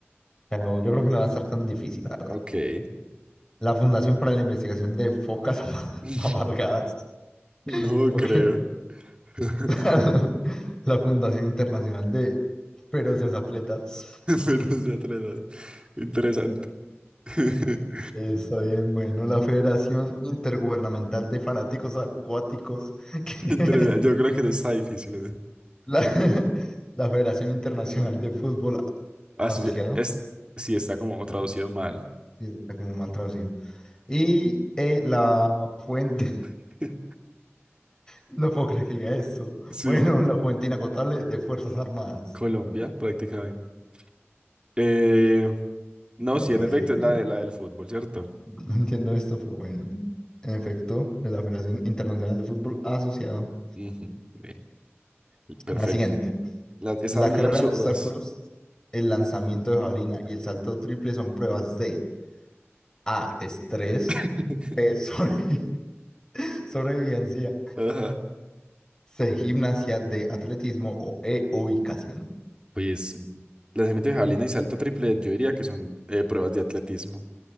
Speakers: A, on the left; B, on the right.
A: Pero yo creo que no va a estar tan difícil, la verdad.
B: Ok.
A: La Fundación para la Investigación de Focas Ama-
B: <laughs>
A: <laughs> Amargadas.
B: No
A: Ok.
B: creo. <laughs>
A: <laughs> La Fundación Internacional de Feroces Atletas.
B: Menos de tres horas. Interesante. <laughs>
A: Está bien, bueno, la Federación Intergubernamental de Fanáticos Acuáticos. <laughs> que-
B: Interesante. Yo creo que no está difícil. ¿eh?
A: La, <laughs> la Federación Internacional de Fútbol
B: Ah,
A: Asociado.
B: eso sí, es, sí, está como traducido mal.
A: sí, Está como mal traducido. Y eh, la fuente. <laughs>
B: <laughs>
A: No puedo creer que diga esto.
B: Sí,
A: Bueno, la fuente inagotable de Fuerzas Armadas.
B: Colombia, prácticamente. Eh, no,
A: No
B: sí,
A: puede
B: en efecto,
A: ser.
B: es la, de- la del fútbol, ¿cierto?
A: No entiendo esto, pero bueno. En efecto, es la Federación Internacional de Fútbol Asociado.
B: Ujú, bien, perfecto.
A: La siguiente.
B: Las, estaban
A: La
B: muy
A: carrera
B: absurdas.
A: de obstáculos, el lanzamiento de jabalina y el salto triple son pruebas de A. Estrés.
B: <laughs>
A: B. sobre- <laughs> sobrevivencia.
B: Ajá.
A: C. Gimnasia. D. Atletismo. O E. Ubicación.
B: Pues, lanzamiento de jabalina y salto triple, yo diría que son eh, pruebas de atletismo,